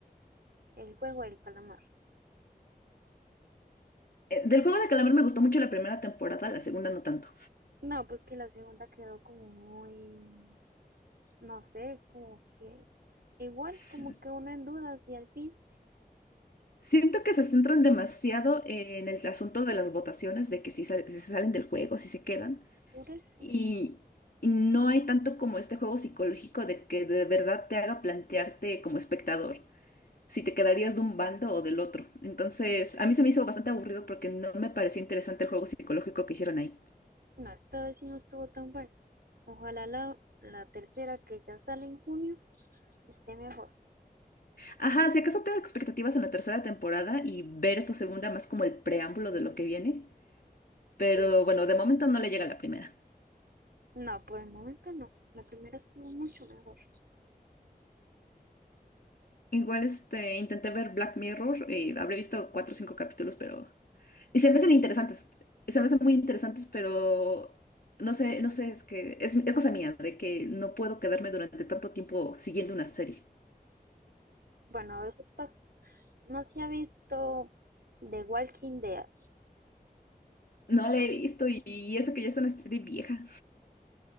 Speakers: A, on the right (about 85°); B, on the left (about 65°).
A: el juego del calamar.
B: Eh, Del juego de calamar me gustó mucho la primera temporada, la segunda no tanto.
A: No, pues que la segunda quedó como muy, no sé, como que igual,
B: S-
A: como que uno en dudas y al fin.
B: Siento que se centran demasiado en el asunto de las votaciones, de que si, sal- si se salen del juego, si se quedan.
A: Por eso,
B: Y, y no hay tanto como este juego psicológico de que de verdad te haga plantearte como espectador si te quedarías de un bando o del otro. Entonces, a mí se me hizo bastante aburrido porque no me pareció interesante el juego psicológico que hicieron ahí.
A: no, esta vez sí no estuvo tan buena. Ojalá la, la tercera que ya sale en junio esté mejor.
B: Ajá, si acaso tengo expectativas en la tercera temporada y ver esta segunda más como el preámbulo de lo que viene, pero
A: Sí,
B: bueno, de momento no le llega a la primera.
A: no, por el momento no. La primera estuvo mucho mejor.
B: Igual este, intenté ver Black Mirror, y habré visto cuatro o cinco capítulos, pero... Y se me hacen interesantes, se me hacen muy interesantes, pero no sé, no sé, es que es, es cosa mía, de que no puedo quedarme durante tanto tiempo siguiendo una serie.
A: Bueno, a veces pasa. No se ha visto The Walking Dead,
B: No la he visto y, y eso que ya es una serie vieja.